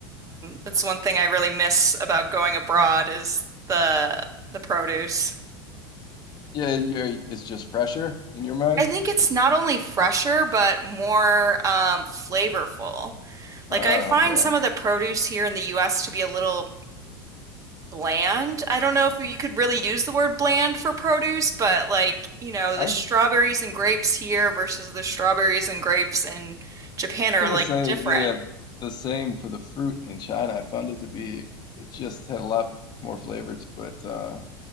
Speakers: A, on the right (about 25°); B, on the left (about 30°).
A: That's one thing I really miss about going abroad is the the produce.
B: Yeah, yeah, it's just fresher in your mind?
A: I think it's not only fresher but more um, flavorful.
B: Ah,
A: Like I find
B: okay.
A: some of the produce here in the US to be a little bland. I don't know if you could really use the word bland for produce, but like, you know,
B: I'm
A: the strawberries and grapes here versus the strawberries and grapes in Japan are
B: gonna
A: like
B: say
A: different.
B: yeah, the same for the fruit in China. I found it to be, it just had a lot more flavor to it. Uh,